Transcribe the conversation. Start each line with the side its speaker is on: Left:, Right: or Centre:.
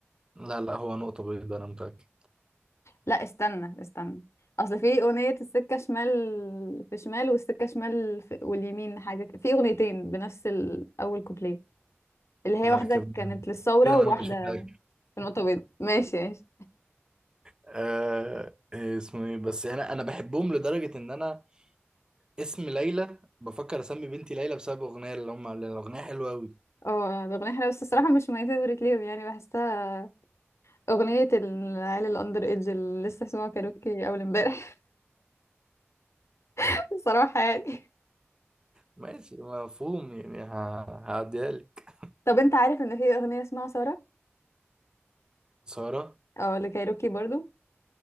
Right: لا لا هو نقطة بيضاء أنا متأكد
Left: لا استنى استنى اصل في اغنية السكة شمال في شمال والسكة شمال في واليمين حاجة ك- في اغنيتين بنفس ال- اول كوبليه اللي هي
Right: لا
Left: واحدة
Right: كده
Left: كانت للثورة
Right: كده أنا
Left: وواحدة
Right: مش متأكد
Left: في نقطة بيضاء ماشي ماشي
Right: آه إيه اسمه إيه بس أنا أنا بحبهم لدرجة إن أنا اسم ليلى بفكر أسمي بنتي ليلى بسبب أغنية اللي هم عاملينها الأغنية حلوة أوي
Left: اه الاغنية حلوة بس الصراحة مش ماي فيفورت ليهم يعني بحسها اغنية العيال الاندر ايدج اللي لسه سمعوا كاروكي اول امبارح <laughs> صراحة يعني
Right: ماشي مفهوم يعني ه- هعديها لك
Left: طب انت عارف ان في اغنية اسمها ثورة
Right: سارة
Left: اه لكايروكي برضو